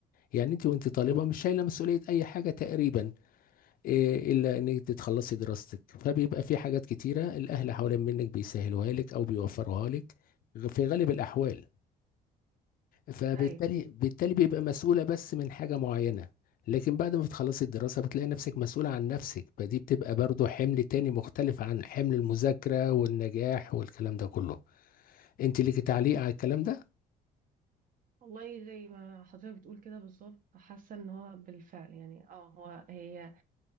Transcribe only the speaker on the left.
يعني انت وانت طالبة مش شايلة مسؤولية اي حاجة تقريبا إيه الا ان انت تخلصي دراستك فبيبقى في حاجات كتيرة الاهل حوالين منك بيسهلوها لك او بيوفروها لك في غالب الاحوال فبالتالي
بالتالي بيبقى مسؤولة بس من حاجة معينة لكن بعد ما بتخلصي الدراسة بتلاقي نفسك مسؤولة عن نفسك فدي بتبقى برضو حمل تاني مختلف عن حمل المذاكرة والنجاح والكلام ده كله انت ليكي تعليق على الكلام ده